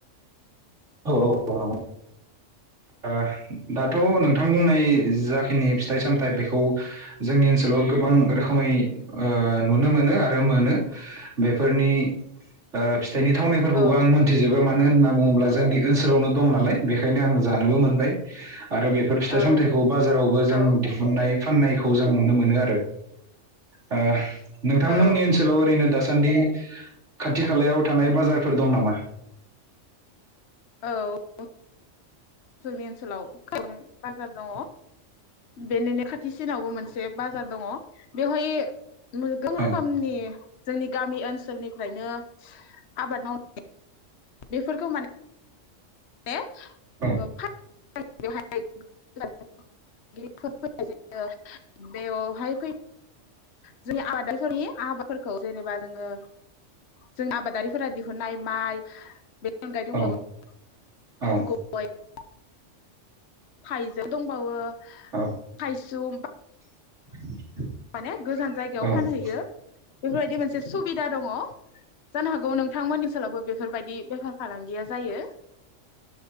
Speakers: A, on the right (about 70°); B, on the left (about 60°).
A: औ औ ओह दाथ नोंथां बुंनाय जाखिनि फिथाइ सामथाइ बेखौ खौ जोंनि ओनसोलाव गोबां रोखोम रोखोमै ओ नुनो मोनो आरो मोनो बेफोरनि ओ फिथाइनि थावनायफोरखौबो
B: औ
A: आं मोनथिजोबो माने होनना बुङोब्ला जोंनि ओनसोलावनो दं नालाय बेखायनो आं जानोबो मोनबाय आरो बेफोर फिथाइ
B: औ
A: सामथाइखौ बाजारावबो जों
B: औ
A: दिहुननाय फाननायखौ जों नुनो मोनो आरो ओ। नोंथांमोननि
B: औ
A: ओनसोलाव ओरैनो दासा सान्दि खाथि खालायाव थानाय बाजारफोर दं नामा?
B: औ जोंनि। ओनसोलाव <unintelligible> बाजार। दङ बेनिनो खाथिसिनावबो मोनसे बाजार दङ बेवहाय। <unintelligible>
A: औ
B: रोखोमनि। जोंनि गामि ओनसोलनिफ्रायनो आबाद मावनाय बेफोरखौ माने। <unintelligible> <unintelligible> <unintelligible> <unintelligible>
A: औ
B: जोंनि आबादारिफोरनि आबाफोरखौ जेनेबा जोङो जों आबादारिफोरा दिहुननाय माइ बे <unintelligible>
A: औ औ।
B: <unintelligible> थाइ। दंबावो
A: औ
B: थायसुम।
A: <inaudible>
B: माने गोजान जायगायाव
A: औ
B: फानहैयो बेफोरबायदि मोनसे। सुबिदा दङ जानो हागौ नोंथांमोननि सोलावबो बेफोरबायदि। बेफार फालांगिया जायो।